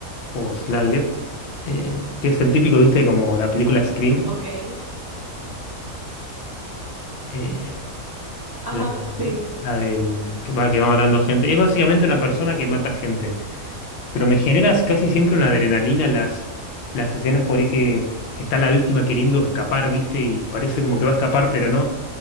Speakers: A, on the left (about 65°); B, on the right (about 30°).
A: o slayer, eh, que es el típico, viste, como la película Scream,
B: Ok.
A: eh,
B: Ajá,
A: la, de-
B: sí.
A: la del que va, que va matando gente. Es básicamente una persona que mata gente. Pero me generas casi siempre una adrenalina las, las escenas por ahí que, que está la víctima queriendo escapar, ¿viste? Y parece como que va a escapar, pero no.